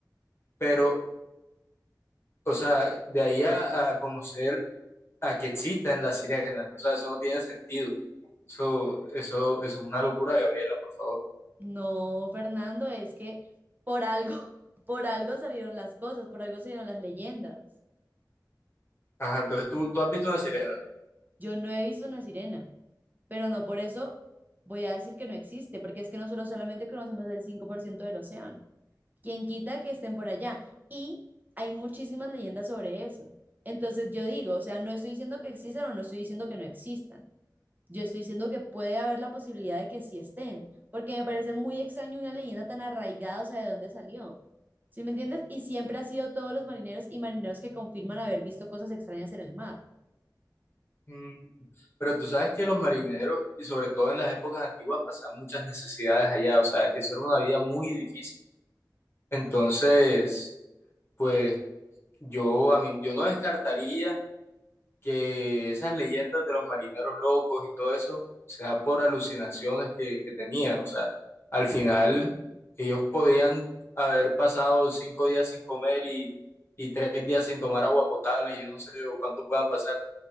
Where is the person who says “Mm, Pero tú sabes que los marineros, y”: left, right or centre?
Left